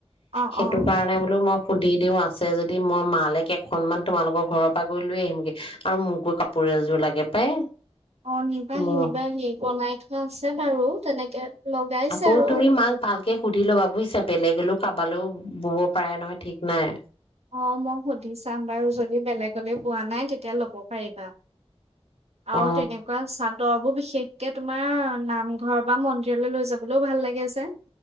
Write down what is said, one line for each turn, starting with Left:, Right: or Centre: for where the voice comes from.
Right: অ',
Left: সেইটো
Right: অ'।
Left: কাৰণে বোলো মই সুধি দিওঁ আ আছে যদি মই মা লে কেইখনমান তোমালোকৰ ঘৰৰ পৰা গৈ লৈ আহিম গৈ আৰু মোকো কাপোৰ এযোৰ লাগে পাই
Right: অ নিবাহি
Left: মোৰ
Right: নিবাহি এ বনাই থোৱা আছে আছে বাৰু তেনেকে লগাইছে
Left: আকৌ
Right: আৰু
Left: তুমি মাক ভালকে সুধি ল'বা। বুইছা বেলেগলেও কাৰোবালেও বব পাৰে নহয় ঠিক নাই
Right: অ মই সুধি চাম বাৰু যদি বেলেগলৈ বোৱা নাই তেতিয়া ল'ব পাৰিবা আৰু
Left: অ
Right: তেনেকুৱা চাদৰ বোৰ বিশ বিশেষকে তোমাৰ নামঘৰ বা মন্দিৰলৈ লৈ যাবলৈওঁ ভাল লাগে যে